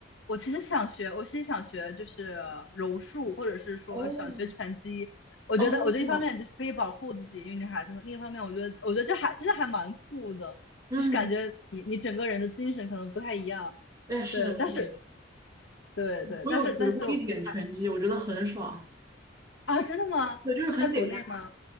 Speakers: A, on the left (about 80°); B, on the right (about 20°).
A: 我其实想学，我其实想学就是柔术，或者是说想学拳击。
B: 哦
A: 我觉得，
B: 哦，
A: 我觉得一方面就是可以保护自己，因为女孩子嘛；另一方面，我觉得，我觉得这还真的还蛮酷的，
B: 嗯，
A: 就是感觉你你整个人的精神可能不太一样。
B: 哎，是的，
A: 对，
B: 是的，
A: 但是对对，
B: 我有学过一点拳击，
A: 但是但是啊
B: 我觉得很爽，
A: 啊，真的吗？
B: 对，就是很解压。
A: 是在国内吗？